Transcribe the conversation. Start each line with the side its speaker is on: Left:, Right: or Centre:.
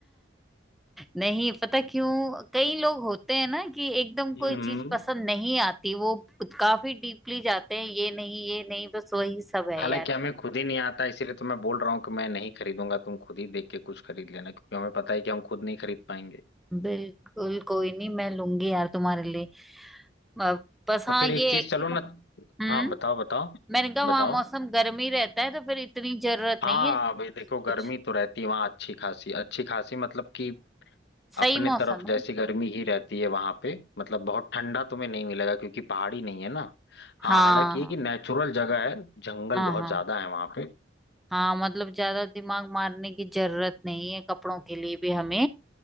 Centre: नहीं पता क्यों कई लोग होते हैं ना कि एकदम
Left: हम्म
Centre: कोई चीज पसंद नहीं आती वो काफी डीपली जाते हैं ये नहीं ये नहीं बस वही सब है
Left: हालांकि
Centre: यार
Left: हमें खुद ही नहीं आता इसीलिए तो मैं बोल रहा हूँ कि मैं नहीं खरीदूंगा तुम खुद ही देख के कुछ खरीद लेना क्योंकि हमें पता है कि हम खुद नहीं खरीद पाएंगे
Centre: बिल्कुल कोई नहीं मैं लूंगी यार तुम्हारे लिए अ, बस
Left: तो
Centre: हाँ
Left: फिर
Centre: ये
Left: एक चीज
Centre: है कि
Left: चलो ना
Centre: हम्म
Left: हाँ बताओ बताओ
Centre: मैंने कहा वहां
Left: बताओ
Centre: मौसम गर्म ही रहता है तो फिर इतनी जरूरत
Left: हाँ
Centre: नहीं है
Left: भाई देखो गर्मी
Centre: कुछ
Left: तो रहती है वहाँ अच्छी खासी अच्छी खासी मतलब कि
Centre: सही
Left: अपने
Centre: मौसम
Left: तरफ जैसी
Centre: है
Left: गर्मी ही रहती है वहाँ पे मतलब बहुत ठंडा तुम्हें नहीं मिलेगा क्योंकि पहाड़ी नहीं है ना हाँ
Centre: हाँ
Left: हालांकि ये कि नेचुरल जगह है जंगल
Centre: हाँ
Left: बहुत
Centre: हाँ
Left: ज्यादा है वहाँ पे
Centre: हाँ मतलब ज्यादा दिमाग मारने की जरूरत नहीं है कपड़ों के लिए भी हमें